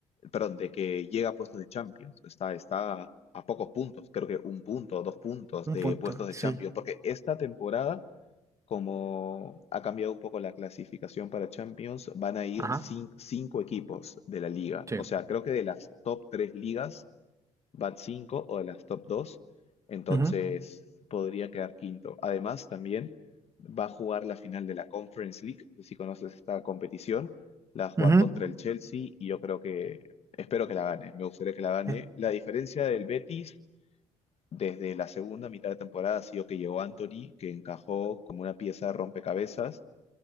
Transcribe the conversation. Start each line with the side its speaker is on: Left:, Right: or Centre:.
Left: perdón, de que llegue a puestos de Champions. Está, está a pocos puntos, creo que un punto o dos puntos
Right: Un
Left: de
Right: punto,
Left: puestos de
Right: sí.
Left: Champions, porque esta temporada como ha cambiado un poco la clasificación para Champions, van a ir
Right: Ajá.
Left: cin- cinco equipos de la liga.
Right: Sí.
Left: O sea, creo que de las top tres ligas van cinco o de las top dos, entonces
Right: Ujú,
Left: podría quedar quinto. Además, también va a jugar la final de la Conference League, si conoces esta competición, la va a jugar
Right: ujú.
Left: contra el Chelsea y yo creo que, espero que la gane, me gustaría que la gane.
Right: Eh,
Left: La diferencia del Betis desde la segunda mitad de temporada ha sido que llegó Anthony, que encajó como una pieza de rompecabezas